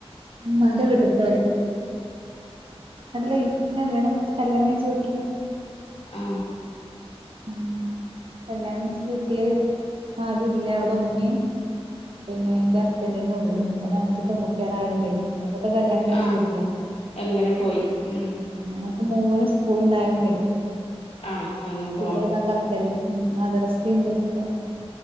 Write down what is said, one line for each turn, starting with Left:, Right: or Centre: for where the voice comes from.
Right: ഉമ്മാന്റെ വീട്ട് തോല്ലെ അല്ല ഇല്യാണം വീട്ട കല്യാണം കഴിച്ച വീട്ടിലാണ്
Left: ആ
Right: ഉം കല്യാണം വെച്ച വീട്ടില് ആരും ഇല്ല അവിടെ ഉമ്മയും പിന്നെ എന്റെ ഹസ്ബൻഡിന ഉള്ളള്ളൂ ഒ അഞ്ചപ്പെൺകുട്ടികളായോണ്ടേ ഇ കല്യാണം കഴച്ച
Left: ആഹ്
Right: വീട്ടില്ല
Left: എല്ലാരും പോയി ഉം
Right: അ മോന് സ്കൂളുണ്ടായോണ്ടേ
Left: ആഹ് ആ
Right: സ്കൂല് ഒഴിവാക്കാൻ പറ്റില്ലല്ലോ മ് മദ്രസ ഇണ്ട് ഇപ്പൊ